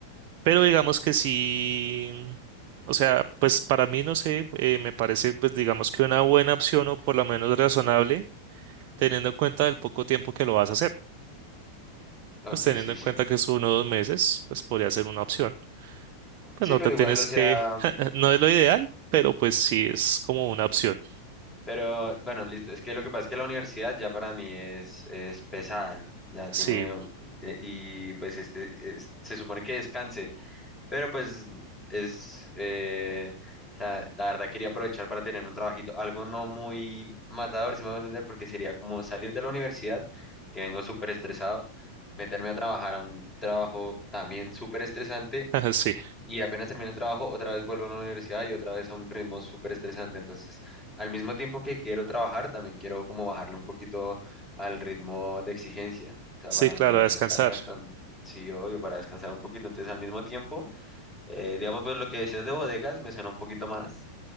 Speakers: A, on the right (about 45°); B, on the left (about 20°).
A: Pero digamos que sí, o sea, pues para mí, no sé, eh, me parece, pues digamos que una buena opción o por lo menos razonable, teniendo en cuenta el poco tiempo que lo vas a hacer.
B: Ok,
A: Pues teniendo
B: sí,
A: en
B: sí.
A: cuenta que es uno o dos meses, pues podría ser una opción. Pues
B: Sí,
A: no
B: pero
A: te tienes
B: igual, o sea,
A: que, <laughs> no es lo ideal, pero pues sí es como una opción.
B: Pero bueno, listo. Es que lo que pasa es que la universidad ya para mí es, es pesada. Ya tiene,
A: Sí,
B: de- y pues este es- se supone que descanse, pero pues es, eh, o sea, la verdad quería aprovechar para tener un trabajito, algo no muy matador, si me voy a entender, porque sería como salir de la universidad, que vengo súper estresado, meterme a trabajar a un trabajo también súper estresante
A: <laughs> sí,
B: y apenas termino el trabajo, otra vez vuelvo a la universidad y otra vez a un ritmo súper estresante. Entonces, al mismo tiempo que quiero trabajar, también quiero como bajarle un poquito al ritmo de exigencia, o sea,
A: sí,
B: para
A: claro,
B: no,
A: a descansar.
B: no estar gastando, sí, obvio, para descansar un poquito. Entonces, al mismo tiempo, eh, digamos, pues lo que decías de bodegas me suena un poquito más.